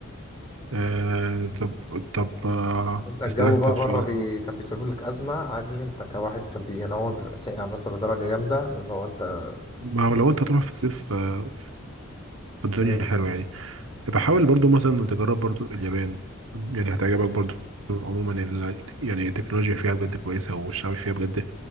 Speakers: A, on the right; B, on the left.
A: آه طب طب آه
B: انت الجو
A: أسألك
B: بقى
A: طب
B: بره
A: سؤال
B: بي... كان بيسبب لك ازمه عادي انت كواحد كان بي... يعني هو بيبقى ساقع مثلا لدرجه جامده اللي هو انت
A: ما هو
B: في...
A: لو أنت هتروح في الصيف آه في الدنيا
B: بيبقى
A: حلوة يعني يبقى حاول برضو مثلا تجرب برضو اليابان يعني هتعجبك برضو عموما ال- يعني التكنولوجيا فيها بجد كويسة والشعب فيها بجد